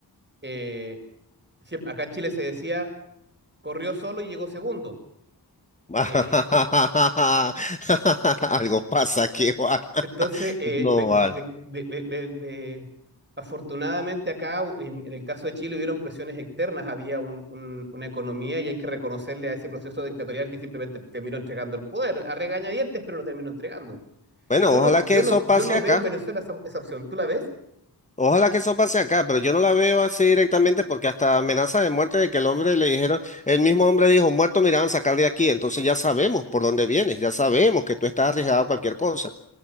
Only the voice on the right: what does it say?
eh, acá en Chile se decía, corrió solo y llegó segundo.
Eh,
Entonces, eh,
me-
me- me- me- me- me- afortunadamente acá, en, en el caso de Chile, hubieron presiones externas, había un- un- una economía y hay que reconocerle a ese proceso dictatorial que simplemente terminó entregando el poder, a regañadientes, pero lo terminó entregando.
Yo no,
yo
no,
yo no
veo en Venezuela esa, esa opción. ¿Tú la ves?